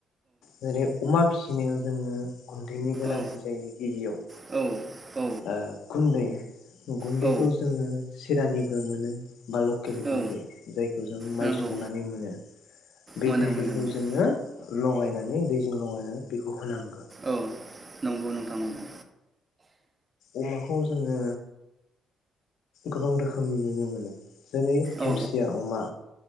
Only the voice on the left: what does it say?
जेरै अमा फिसिनायाव जोङो गुन्दैनि गोनांथि
जायो गिबियाव
ओ गुन्दै गुन्दैखौ
जोङो सिरानि बो मोनो बा लकेल
गुन्दै जाय माइ
सौनानै मोनो बे
गुन्दैखौ
जोङो ल गायनानै दैजों लगायनानै बेखौ होनांगोन।
अमाखौ जोङो गोबां रोखोमनि नुनो मोनो जेरै
हेमसिया अमा